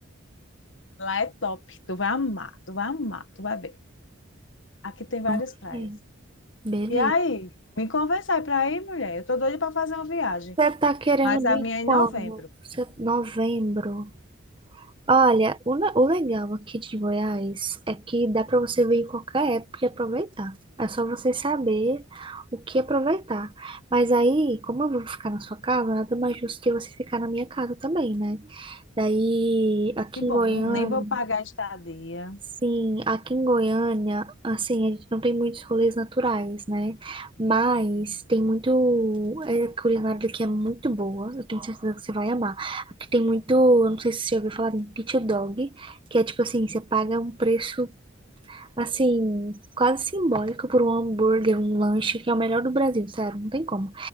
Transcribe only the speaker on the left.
Lá é top, tu vai amar, tu vai amar, tu vai ver. Aqui tem
várias
praias.
E aí, me convence aí pra ir, mulher. Eu tô doida pra fazer uma viagem,
mas a
minha é
em novembro.
E bom,
nem vou pagar estadia.